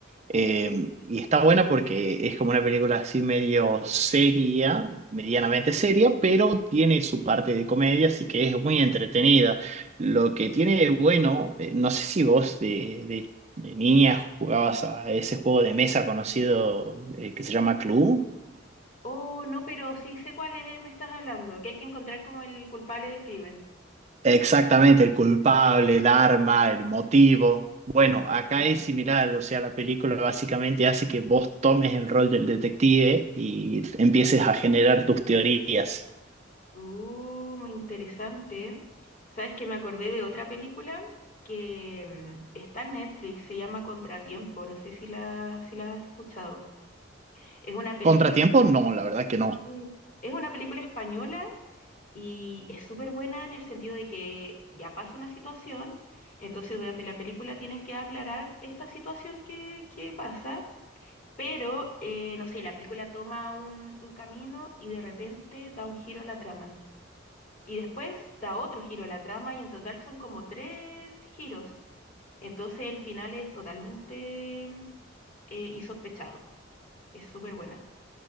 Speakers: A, on the right; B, on the left.
A: eh, y está buena porque es como una película así medio seria, medianamente seria, pero tiene su parte de comedia, así que es muy entretenida. Lo que tiene de bueno, eh, no sé si vos de, de- de niña jugabas
B: Ujú.
A: a ese juego de mesa conocido eh, que se llama Clue.
B: Oh, no, pero sí sé cuál es, me estás hablando, que hay que encontrar como el culpable del crimen.
A: Exactamente, el culpable, el arma, el motivo. Bueno, acá
B: Mm.
A: es similar, o sea, la película básicamente hace que vos tomes el rol del detective y empieces a generar tus teorías.
B: Uh, muy interesante. ¿Sabes que me acordé de otra película que mm, está en Netflix, se llama Contratiempo, no sé si la, si la has escuchado. Es una película,
A: ¿Contratiempo?
B: espa-
A: No, la verdad que no.
B: sí, es una película española y es súper buena en el sentido de que ya pasa una situación, entonces durante la película tienen que aclarar esta situación que, que pasa, pero eh, no sé, la película toma un, un camino y de repente da un giro a la trama. Y después da otro giro a la trama y en total son como tres giros. Entonces el final es totalmente eh, insospechado. Es súper buena.